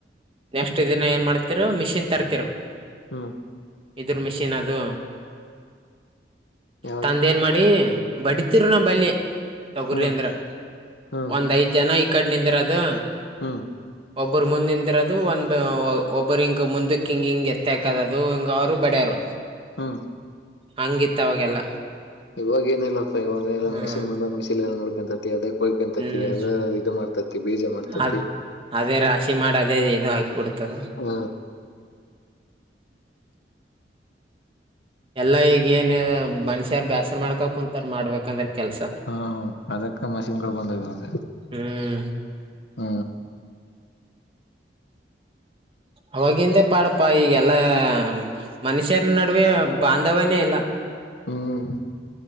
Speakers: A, on the right; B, on the left.
A: ನೆಕ್ಸ್ಟ್ ದಿನ ಏನ್ ಮಾಡ್ತಿರು ಮಿಷಿನ್ ತರ್ತಿರು.
B: ಹ್ಮ
A: ಇದ್ರು ಮಿಷಿನ್ ಅದು
B: ಯಾವ್ದು
A: ತಂದೇನ್ ಮಾಡಿ. ಬಡಿತಿರು ನಮ್ ಬಲ್ಲಿ ತೊಗರಿ
B: ಹ್ಮ್
A: ಅಂದ್ರ
B: ಹ್ಮ್
A: ಒಂದ್ ಐದ್ ಜನ ಈ ಕಡೆ ನಿಂದ್ರದು.
B: ಹಾ
A: ಒಬ್ಬರು ಮುಂದೆ ನಿಂದಿರೋದು ಒಂದು ಒಬ್ಬರು ಹಿಂಗ ಮುಂದಕ್ಕೆ ಹಿಂ ಹಿಂಗೆ ಎತ್ತ ಹಾಕದ ಅದು ಹಿಂಗ ಅವರು. ಬಡ್ಯರು.
B: ಹ್ಮ
A: ಹಂಗಿತ್ತು ಅವಾಗೆಲ್ಲ.
B: ಇವಾಗ ಏನಿಲ್ಲಪ್ಪಾ ಇವಾಗ ಎಲ್ಲ
A: ಹ್ಮ್
B: ಮಷೀನ್ ಬಂದ ಮೆಷಿನ್ ಎಲ್ಲ ನೋಡ್ಕೊಂತತಿ ಅದೇ. ಕೊಯ್ಕತೇತಿ
A: ಹ್ಮ್
B: ಅದೆ ಇದು ಮಾಡ್ತತಿ ಬೀಜ ಮಾಡ್ತತಿ.
A: ಅದ್ ಅದೇ ರಾಶಿ ಮಾಡಿ ಅದೇ ಇದು ಹಾಕಿಬಿಡ್ತದ.
B: ಹ್ಮ
A: ಎಲ್ಲಾ ಈಗ ಏನ್ ಮನುಷ್ಯಾರ ಬೇಸ್ರ ಮಾಡ್ಕಾ ಕುಂತಾರ ಮಾಡ್ಬೇಕಂದ್ರ ಕೆಲ್ಸ.
B: ಹಾ ಹ ಅದಕ್ಕ ಮಷಿನ್ಗಳು ಬಂದವ್ ಇವಾಗ.
A: ಹ್ಮ್
B: ಹ
A: ಅವಗಿಂದೆ ಪಾಡಪ್ಪ ಈಗೆಲ್ಲಾ. ಮನುಷ್ಯರ ನಡುವೆ ಬಾಂಧವನೇ ಇಲ್ಲ.
B: ಹ್ಮ್